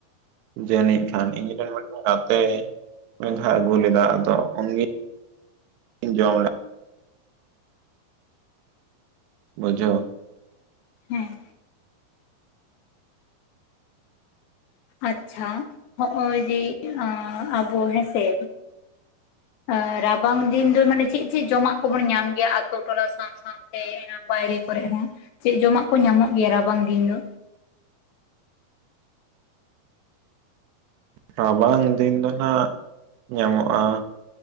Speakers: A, on the right; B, on the left.
A: <unintelligible> ᱡᱟᱹᱱᱤᱡ ᱠᱷᱟᱱ ᱤᱧ ᱨᱮᱱ ᱢᱤᱫᱴᱮᱱ ᱜᱟᱛᱮ ᱢᱤᱫ ᱫᱷᱟᱣ ᱟᱹᱜᱩ ᱞᱮᱫᱟ ᱟᱫᱚ ᱩᱱ ᱤᱧ ᱡᱚᱢ ᱵᱡᱷᱚ
B: ᱦᱮᱸ ᱟᱪᱪᱷᱟ, ᱦᱚᱜᱼᱚᱭ ᱡᱮ ᱟᱵᱚ ᱦᱮᱸᱥᱮ
A: <inaudible>
B: ᱟ ᱨᱟᱵᱟᱝ ᱫᱤᱱ ᱫᱚ ᱢᱟᱱᱮ ᱪᱮᱫ ᱪᱮᱫ ᱡᱚᱢᱟᱜ ᱠᱚᱵᱚᱱ ᱧᱟᱢ ᱜᱮᱭᱟ ᱟᱛᱳ ᱴᱚᱞᱟ ᱥᱟᱶ ᱥᱟᱶ ᱥᱮ ᱵᱟᱭᱨᱮ ᱠᱚᱨᱮ ᱦᱚᱸ ᱪᱮᱫ ᱡᱚᱢᱟᱜ ᱠᱚ ᱧᱟᱢᱚᱜ ᱜᱮᱭᱟ ᱨᱟᱵᱟᱝ ᱫᱤᱱ ᱫᱚ
A: ᱨᱟᱵᱟᱝ ᱫᱤᱱ ᱫᱚ ᱱᱟᱜ, ᱧᱟᱢᱚᱜᱼᱟ